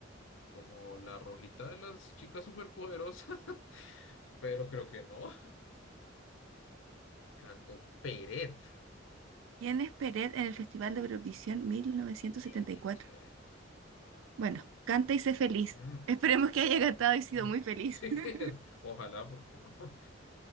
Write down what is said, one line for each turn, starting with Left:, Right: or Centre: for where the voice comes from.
Left: como la rojita de las chicas superpoderosas, <laughs> pero creo que no. Cantó Peret.
Right: ¿Quién es Peret en el
Left: No
Right: Festival
Left: te-
Right: de Eurovisión
Left: tengo
Right: 1974?
Left: ni idea quién es Peret.
Right: Bueno, canta y sé feliz.
Left: Mm,
Right: Esperemos que haya
Left: no,
Right: cantado y sido
Left: no.
Right: muy feliz.
Left: <laughs> Sí,
Right: <laughs>
Left: es- ojalá, porque no. <laughs>